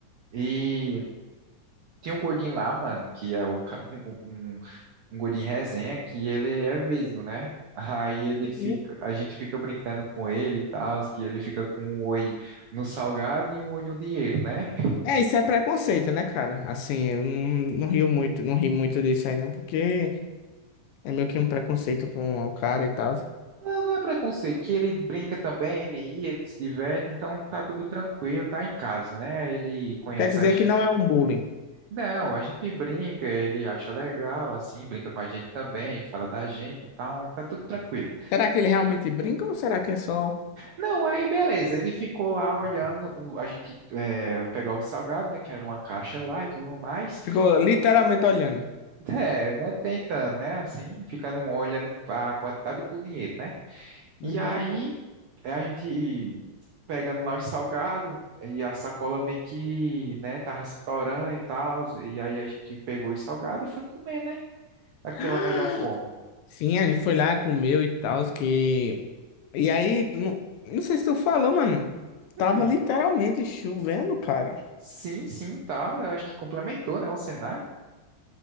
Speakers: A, on the right; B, on the left.
A: e tinha um gordinho lá, mano, que é o, ca- <laughs> um, um um gordinho resenha, que ele é vesgo, né? Aí ele
B: Uhum.
A: fica, a gente fica brincando com ele e tal, que ele fica com um olho no salgado e um olho no dinheiro, né?
B: É, isso é preconceito, né, cara? Assim, eu não, não rio muito, não ri muito disso aí, não, porque é meio que um preconceito com o cara e tal.
A: Não, não é preconceito, que ele brinca também, ele ri, ele se diverte, então tá tudo tranquilo, tá em casa, né? Ele conhece
B: Quer dizer
A: a gente.
B: que não é um bullying.
A: Não, a gente brinca, ele acha legal, assim, brinca com a gente também, fala da gente e tal, tá tudo tranquilo.
B: Será que ele realmente brinca ou será que é só.
A: Não, aí beleza, ele ficou lá olhando, o- a gente é, pegar o salgado, né, que era uma caixa lá e tudo mais.
B: Ficou literalmente olhando.
A: É, né, tentando, né, assim, ficando olhando a quantidade e pro dinheiro, né?
B: Uhum.
A: E aí é, a gente pegando lá os salgados e a sacola meio que, né, tava se torando e tal, e aí a gente pegou os salgados e foi comer, né, daquela
B: <gasps>
A: melhor forma.
B: Sim, a gente foi lá, comeu e tal, que E aí, não, não sei se tu falou, mano. Tava
A: Hum,
B: literalmente chovendo, cara.
A: sim, sim, tava, eu acho que complementou, né, o cenário.